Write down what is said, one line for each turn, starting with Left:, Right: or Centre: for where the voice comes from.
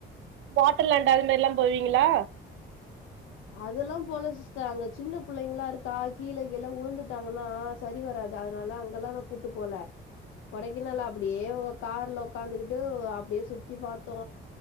Right: வாட்டர்லாண்ட் அது மாரிலா போவீங்களா
Left: அதெல்லா போல சிஸ்டர் அங்க சின்ன புள்ளைங்கலா இருக்கா கீழ கீழ உழுந்துட்டாங்கனா சரி வராது அதனால அங்கலா நா கூட்டு போல கொடைக்கானல அப்டியே இவ கார்ல ஒக்காந்துகிட்டு அப்டியே சுத்தி பாத்தோ